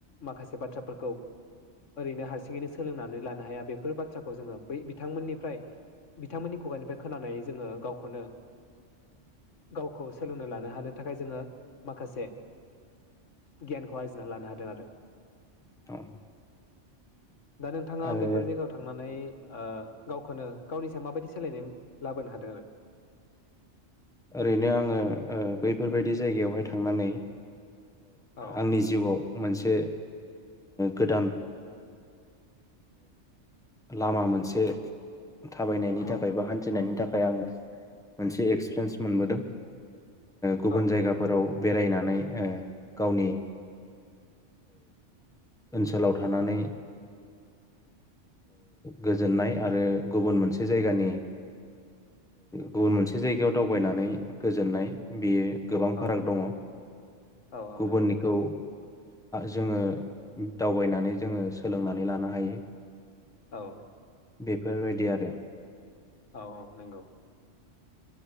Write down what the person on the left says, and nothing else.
माखासे बाथ्राफोरखौ ओरैनो हारसिङैनो सोलोंनानै लानो हाया बेफोर बाथ्राखौ जोङो बै बिथांमोननिफ्राय बिथांमोननि खुगानिफ्राय खोनानानै जोङो गावखौनो गावखौ सोलोंना लानो हानो थाखाय जोङो माखासे गियानखौ आरजिना लानो हादों आरो
दा नोंथाङा
बेफोर जायगायाव थांनानै गावखौनो गावनि सायाव माबायदि सोलायनाय लाबोनो हादों आरो
औ
औ
औ
औ
औ औ
नंगौ
औ
औ औ नंगौ